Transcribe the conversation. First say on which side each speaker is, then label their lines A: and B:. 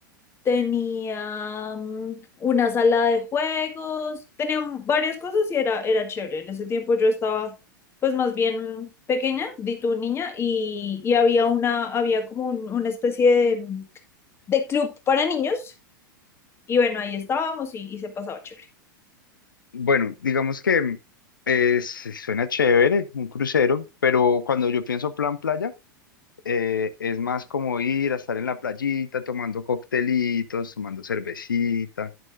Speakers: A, on the left; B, on the left.
A: tenía mm, una sala de juegos, tenía varias cosas y era, era chévere. En ese tiempo yo estaba pues más bien pequeña, di tu niña, y, y había una, había como un- una especie de, de club para niños, y bueno, ahí estábamos y, y se pasaba chévere.
B: Bueno, digamos que mm, es- suena chévere un crucero, pero cuando yo pienso plan playa, eh, es más como ir a estar en la playita tomando coctelitos, tomando cervecita,